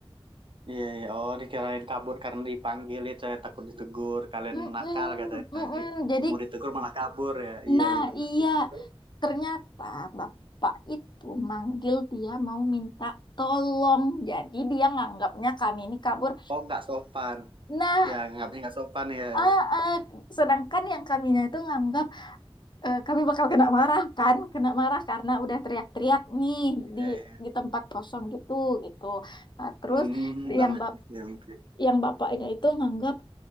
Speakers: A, on the right; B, on the left.
A: Iya, iya. Oh, dikirain kabur karena dipanggil itu ya takut ditegur. Kalian
B: Mm-mm,
A: nakal katanya.
B: mm-mm.
A: Di,
B: Jadi,
A: mau ditegur malah kabur ya. Iya,
B: nah
A: iya benar.
B: iya,
A: Terus?
B: ternyata bapak itu manggil dia mau minta tolong. Jadi dia nganggapnya kami ini kabur.
A: Oh, nggak sopan.
B: Nah,
A: Ya, nggak nggak sopan ya,
B: ah,
A: ya.
B: ah, sedangkan yang kaminya itu nganggap eh, kami bakal kena marah kan, kena marah karena udah teriak-teriak nih
A: Iya,
B: di
A: iya.
B: di tempat kosong gitu gitu. Nah, terus
A: Hmm, namanya
B: yang bap
A: SMP.
B: yang bapaknya itu nganggap